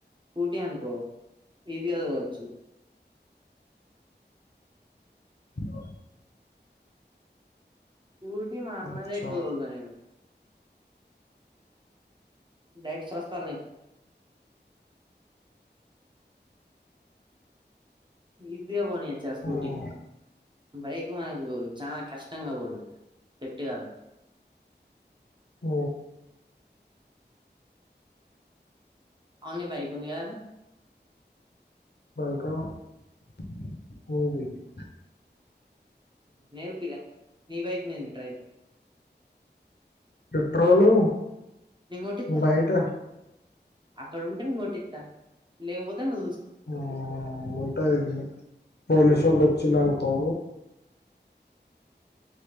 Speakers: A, on the right; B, on the left.
A: స్క్యూటీ అనుకో ఈజీగా తోలచ్చు
B: అవు
A: స్క్యూటీ మా అన్నదే
B: అచ్చా
A: ఎక్కువ తోలుతా నేను డైట్ స్వస్ <unintelligible> ఇ గా పోనియచ్చా ఆ స్కూటీ
B: ఉమ్
A: బైక్ మనకు చాలా కష్ కష్టంగా పోతది సెట్టు కాదు
B: ఆ
A: అవు న్ని బైక్ ఉందిగదా రా
B: బైకా <unintelligible>
A: నేర్పిగా నీ బైక్ మీదనే ట్రైలు
B: పెట్రోలు
A: కొట్టిత్తా
B: బయట
A: అక్కడ ఉంటే నేన్గొటిత్త లేకపోతే నువు
B: ఆ ఉంటాయ్ పోలీసోళ్ళు వచ్చినాకా